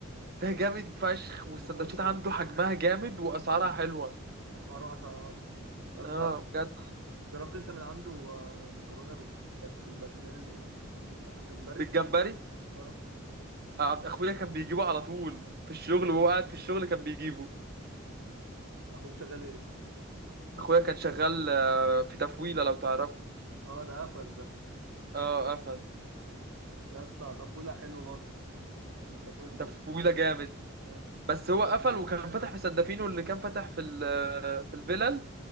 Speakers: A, on the right; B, on the right.
A: ده جامد فشخ والسندوتشات
B: موت
A: عنده
B: يا اسطى
A: حجمها جامد واسعارها حلوة
B: اسعاره 10 على 10 يا اسطى
A: اه بجد
B: جربت انت من عنده آه، مكرونة بالبش... بالبشاميل آه، بالجمبري
A: بالجمبري
B: اه
A: آه، اخويا كان بيجيبه على طول في الشغل
B: جامد.
A: وهو قاعد في الشغل كان بيجيبه
B: اخوك شغال ايه
A: اخويا كان شغال آه، في تفويلة لو تعرفه
B: اه ده قفل ده
A: اه قفل
B: مم. يا اسطى طفولة حلو برضه انت يعني طفولة سندوتش
A: تفويلة جامد
B: اه
A: بس هو قفل وكان فتح في سندفينو اللي كان فتح في ال- في الفيلل